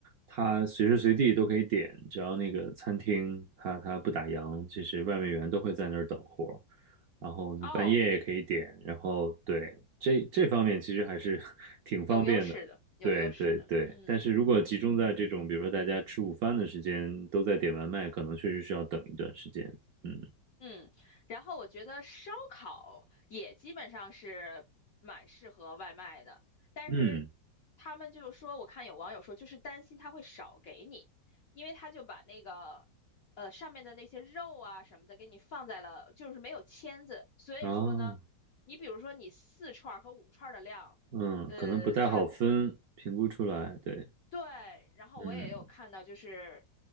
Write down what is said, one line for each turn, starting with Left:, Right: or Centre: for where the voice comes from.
Right: 它随时随地都可以点，只要那个餐厅它它不打烊，其实外卖员都会在那儿等活儿，然后你半夜也可以点，
Left: 哦，
Right: 然后对，这这方面其实还是 <laughs> 挺方便的。
Left: 有优势的，有优势的，
Right: 对对对，
Left: 嗯。
Right: 但是如果集中在这种，比如说大家吃午饭的时间，都在点外卖，可能确实是要等一段时间。嗯。
Left: 嗯，然后我觉得烧烤也基本上是蛮适合外卖的，但是
Right: 嗯
Left: 他们就说，我看有网友说，就是担心他会少给你，因为他就把那个呃上面的那些肉啊什么的给你放在了，就是没有签子，所以说呢，
Right: 啊，
Left: 你比如说你四串儿和五串儿的量，
Right: 嗯，
Left: 呃，
Right: 可能不太好分，
Left: 他
Right: 评估出来，对，
Left: 对，然后我也有看到，
Right: 嗯
Left: 就是